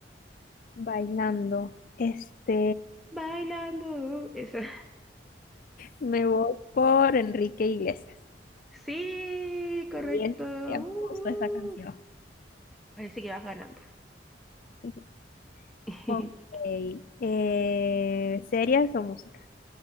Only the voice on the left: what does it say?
Bailando. Este,
me voy por Enrique Iglesias.
Y él, él
puso esa canción.
<laughs>
Ok. Eh, ¿series o música?